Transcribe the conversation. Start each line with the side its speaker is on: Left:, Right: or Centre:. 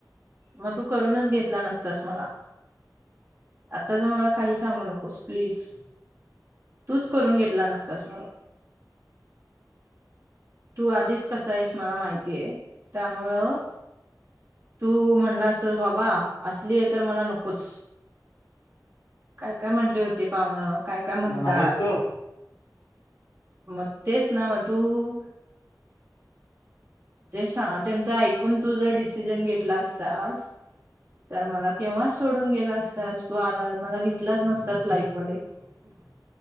Right: मग तू करूनच, घेतला नसतास मला. आताचं ज मला काही, सांगू नकोस प्लीज. तूच करून घेतला, नसतास मला. तू आधीच कसा आहेस, मला माहिती आहे. त्यामुळं तू म्हणला असतास बाबा असली आहे तर, मला नकोच. काय काय म्हणली होती पाहुनं. काय काय म्हणतात
Left: मग नाहीस तर
Right: मग तेच ना मग तू तेचं ना त्यांच ऐकून तू जर, डिसिजन घेतला असतास. तर मला केव्हाच सोडून गेला असतास, तू आला मला घेतलाच नसतास लाईफ मध्ये. <unintelligible>